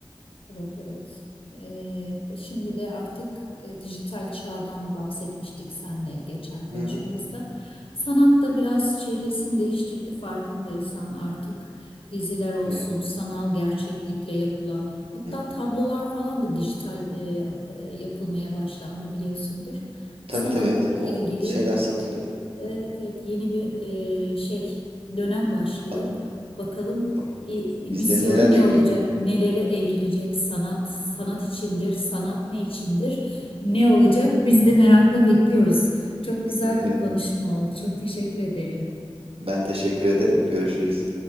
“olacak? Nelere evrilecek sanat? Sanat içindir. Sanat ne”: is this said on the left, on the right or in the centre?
Left